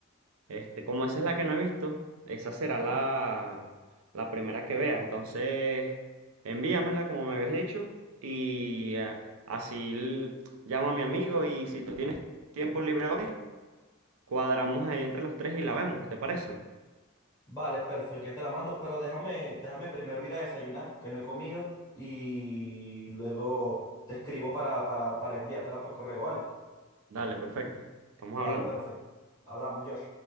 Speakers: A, on the right; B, on the left.
A: Este, como esa es la que no he visto, esa será
B: Ujú.
A: la, la primera que vea. Entonces, envíamela como me habías dicho y eh, así l- llamo a mi amigo y si tú tienes tiempo libre hoy, cuadramos ahí entre los tres y la vemos, ¿te parece?
B: Vale, perfecto, ya te la mando, pero déjame, déjame primero ir a desayunar, que no he comido, y luego te escribo para, para, para enviártela por correo, ¿vale?
A: Dale, perfecto. Estamos
B: Vale,
A: hablando.
B: perfecto. Hablamos, Josh.